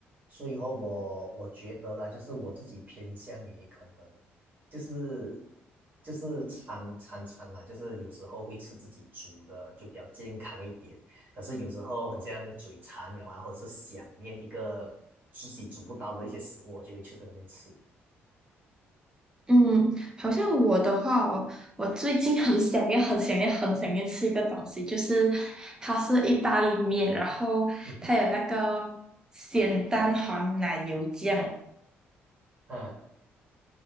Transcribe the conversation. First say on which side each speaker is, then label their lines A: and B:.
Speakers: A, on the right (about 45°); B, on the right (about 15°).
A: 所以哦，我我觉得啦，就是我自己偏向于可能，就是就是餐餐餐啦，就是有时候会吃自己煮的，就比较健康一点。可是有时候很像嘴馋了啊，或者是想念一个自己煮不到的一些食物，我就会去在那边吃。
B: 嗯，好像我的话哦，我最近很想念、很想念、很想念吃一个东西，就是它是意大利面，然后它有那个咸蛋黄奶油酱，
A: <laughs> 嗯，